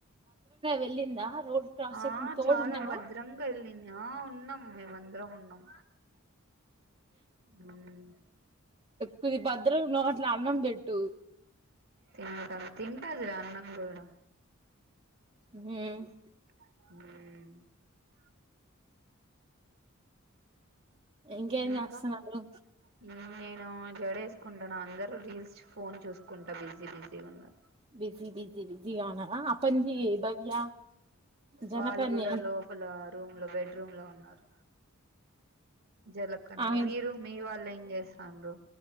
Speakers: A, on the right; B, on the right.
A: వెళ్ళిందా రోడ్ క్రాస్
B: ఆ
A: చేసిన తోడున్నావా
B: చాలా భద్రంగా వెళ్ళింది ఆ ఉన్నాం. మేమందరం ఉన్నాం. మ్మ్
A: కొద్ది భద్రం నోట్ల అన్నం పెట్టు.
B: తింటం తింటాదిరా అన్నం గూడా
A: హ్మ్
B: హ్మూ
A: ఇంకేం
B: ఇంకా
A: చేస్తున్నారు
B: నేను జడ వేసుకుంటునా అందరు రీల్స్ ఫోన్ చూసుకుంటా బిజీ బిజీగా ఉన్నరు.
A: బిజీ బిజ్ జి బిజి బిజి గా ఉన్నారా, అప్పటినుంచి భవ్య, జనకన్యా
B: వాళ్ళు కూడా లోపల రూమ్ లో బెడ్ రూమ్ లో ఉన్నారు జలకన్య
A: ఆమె
B: మీరు మీ వాళ్ళు ఏం చేస్తాండ్రు?